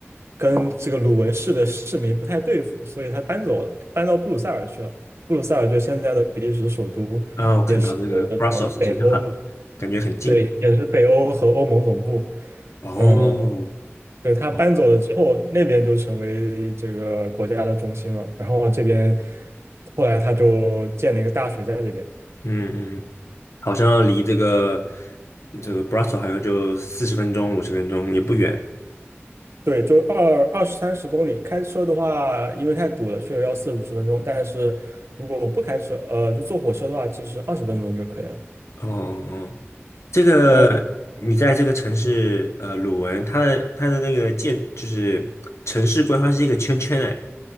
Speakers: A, on the right; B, on the left.
A: 跟这个鲁文市的市民不太对付，所以他搬走了，搬到布鲁塞尔去了。布鲁塞尔就是现在的比利时首都，
B: 啊，我看到这个
A: 也是什么北欧。
B: Brussels 好像很感觉很近
A: 对，也是北欧和欧盟总部。
B: 哦，
A: 嗯，对，他搬走了之后，
B: 哦
A: 那边就成为这个国家的中心了。然后这边后来他就建了一个大学在这边，
B: 嗯嗯，嗯好像离这个这个 Brussels 好像就四十分钟五十分钟也不远。
A: 对，就二二十三十公里。开车的话，因为太堵了，确实要四五十分钟。但是如果我不开车，呃，就坐火车的话，其实二十分钟就可以了。
B: 哦哦哦，这个你在这个城市，
A: 哦，
B: 呃，鲁文，它的它的那个建就是城市规划是一个圈圈哎，